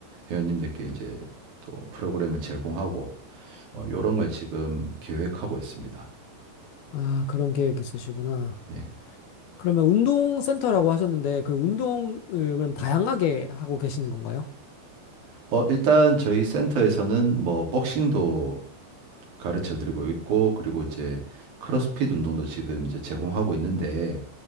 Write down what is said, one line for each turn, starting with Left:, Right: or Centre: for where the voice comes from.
Right: 회원님들께 이제 또 프로그램을 제공하고 어, 런걸 지금 계획하고 있습니다.
Left: 아, 그런 계획 있으시구나.
Right: 네.
Left: 그러면 운동센터라고 하셨는데 그 운동을 그럼 다양하게 하고 계시는 건가요?
Right: 어, 일단 저희 센터에서는 뭐 복싱도 가르쳐 드리고 있고 그리고 이제 크로스핏 운동도 지금 이제 제공하고 있는데